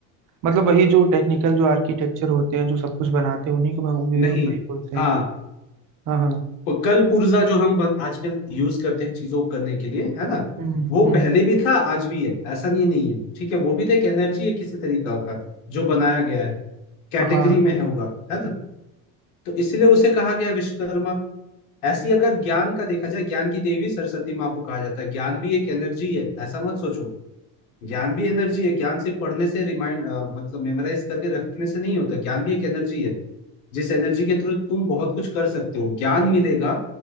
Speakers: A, on the right (about 50°); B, on the left (about 85°).
A: मतलब वही जो टेक्निकल जो आर्किटेक्चर होते हैं जो सब कुछ बनाते हैं उन्हीं को भग- वही
B: नहीं
A: वही बोलते
B: हाँ
A: हैं हाँ हाँ
B: प- कल पुर्जा जो हम ब- आजकल यूज करते हैं चीजों को करने के लिए है ना
A: हम्म
B: वो
A: हम्म
B: पहले भी था आज भी है ऐसा नहीं नहीं है ठीक है वो भी तो एक एनर्जी है किसी तरीका का जो बनाया गया है कैटेगरी
A: हाँ
B: में है होगा है ना तो इसलिए उसे कहा गया विश्वकर्मा ऐसी अगर ज्ञान का देखा जाए ज्ञान की देवी सरस्वती माँ को कहा जाता है ज्ञान भी एक एनर्जी है ऐसा मत सोचो ज्ञान भी एनर्जी है ज्ञान सिर्फ पढ़ने से रिमाइंड मतलब मेमोराइज करके रखने से नहीं होता ज्ञान भी एक एनर्जी है जिस एनर्जी के थ्रू तुम बहुत कुछ कर सकते हो ज्ञान मिलेगा